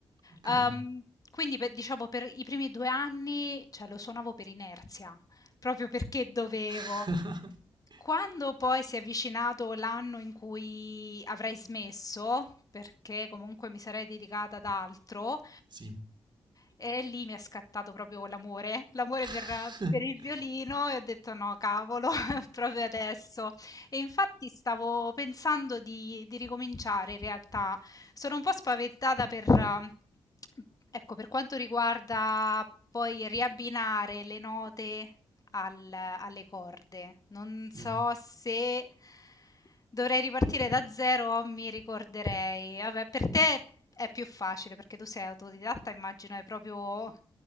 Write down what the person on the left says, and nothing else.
Ehm, quindi per- diciamo per i primi due anni, cioè, lo suonavo per inerzia, proprio perché dovevo.
Quando poi si è avvicinato l'anno in cui avrei smesso, perché comunque mi sarei dedicata ad altro,
e lì mi è scattato proprio l'amore, l'amore
per per il violino e ho detto: "No, cavolo, <laughs> proprio adesso". E infatti stavo pensando di di ricominciare in realtà. Sono un po' spaventata per eh, ecco, per quanto riguarda poi riabbinare le note al- alle corde. Non
so se dovrei ripartire da zero o mi ricorderei. Vabbè, per te è più facile perché tu sei autodidatta, immagino hai proprio